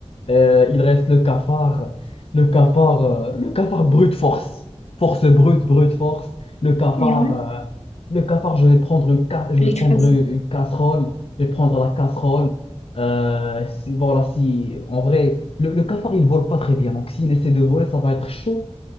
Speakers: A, on the left (about 60°); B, on the left (about 85°).
A: Euh, il reste le cafard, le cafard, euh, le cafard brute force, force brute, brute force. Le cafard,
B: Ouais,
A: euh, le cafard, je vais prendre une, ca- je
B: tu l'écrases.
A: vais prendre une, une casserole, je vais prendre la casserole. Euh, si, voilà, si en vrai, le, le cafard il vole pas très bien, donc s'il essaie de voler, ça va être chaud.